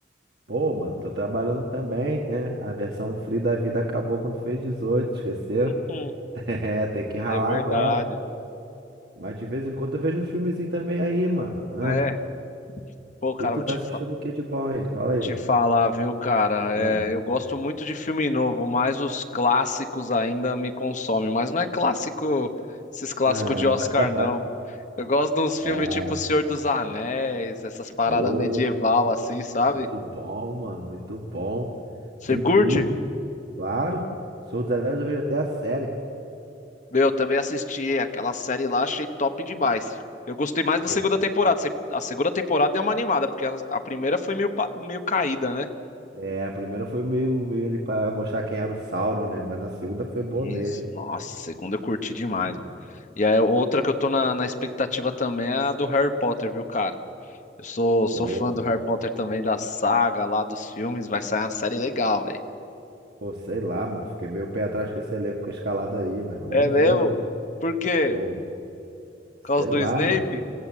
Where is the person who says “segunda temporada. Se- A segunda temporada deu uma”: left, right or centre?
Left